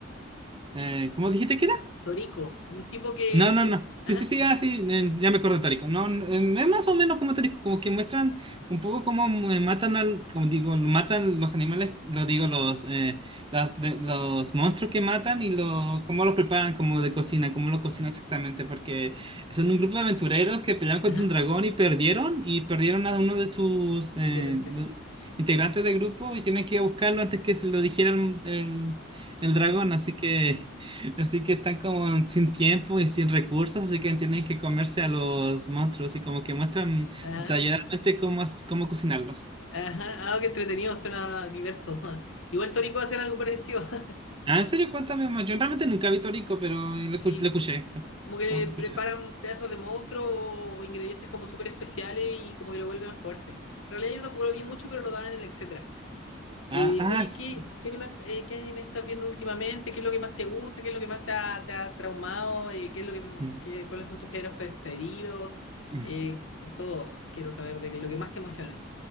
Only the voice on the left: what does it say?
Torico, un tipo que,
que...
Ajá,
ajá,
integrante.
ujú,
ajá,
ajá, ah, qué entretenido, suena diverso. <laughs> Igual Torico hace algo parecido. <laughs>
Sí,
como que
preparan pedazos de monstruo o ingredientes como súper especiales y como que lo vuelven fuerte. En realidad yo tampoco lo vi mucho, pero lo daban en el etcétera. Eh,
oye,
¿qué, qué anime, eh, qué anime estás viendo últimamente? ¿Qué es lo que más te gusta? ¿Qué es lo que más te ha, te ha traumado? Eh, ¿qué es lo que,
qué- cuáles son tus géneros preferidos?
Eh, todo, quiero saber de lo que más te emocione.